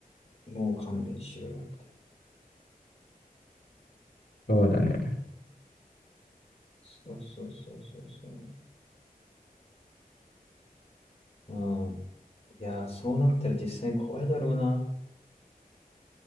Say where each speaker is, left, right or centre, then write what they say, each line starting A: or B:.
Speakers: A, on the left (about 45°); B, on the left (about 85°).
A: もう勘弁しろよ。
B: そうだね。
A: そうそうそうそうそう。うん。いやー、そうなったら実際怖いだろうな。